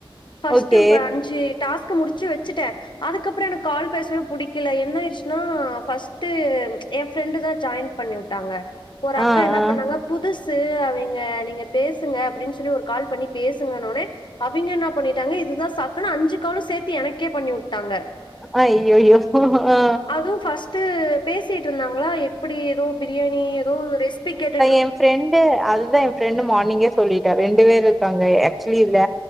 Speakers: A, on the left (about 55°); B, in the centre.
A: ஃபர்ஸ்ட்
B: ஓகே
A: அஞ்சு டாஸ்க்க முடிச்சு வெச்சுட்ட அதுக்கப்புற எனக்கு கால் பேசவே புடிக்கில என்ன ஆயிர்ச்சுன்னா ஃபர்ஸ்ட்டு என் ஃப்ரெண்டு தா ஜாயின் பண்ணி உட்டாங்க ஒரு அக்கா
B: ஆ
A: என்ன
B: ஆ
A: பண்ணாங்க புதுசு அவிங்க நீங்க பேசுங்க அப்டின் சொல்லி ஒரு கால் பண்ணி பேசுங்கன்ன ஒன்னே அவிங்க என்ன பண்ணிட்டாங்க இதுதா சாக்குணு அஞ்சு காலு சேத்தி எனக்கே பண்ணி உட்டாங்க
B: ஐயயோ ஆ
A: வு ஃபஸ்டு பேசிட்ருந்தாங்ளா எப்பிடி எதோ பிரியாணி எதோ ரெசிபி கேட்டு
B: என் ஃப்ரெண்டு அதுதா என் ஃப்ரெண்டு மார்னிங்கே சொல்லிட்டா ரெண்டு பேர் இருக்காங்க ஆக்சுலி இதுல